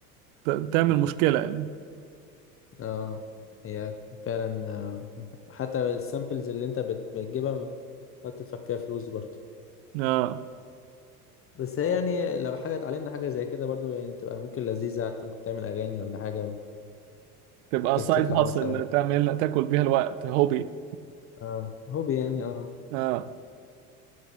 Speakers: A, on the right (about 60°); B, on the left (about 30°).
A: ت... تعمل مشكلة يعني
B: اه هي فعلا آه، حتى السامبلز اللي انت بت- بتجيبها تقعد تدفع فيها فلوس برضه
A: آه.
B: بس هي يعني لو حاجة اتعلمنا حاجة زي كده برضو يعني تبقى ممكن لذيذة انت ممكن تعمل أغاني ولا حاجة
A: تبقى
B: ممكن
A: سايد
B: تطلع
A: هاسل
B: مثلا
A: تعمل تاكل بيها الوقت هوبي
B: اه هوبي يعني اه
A: اه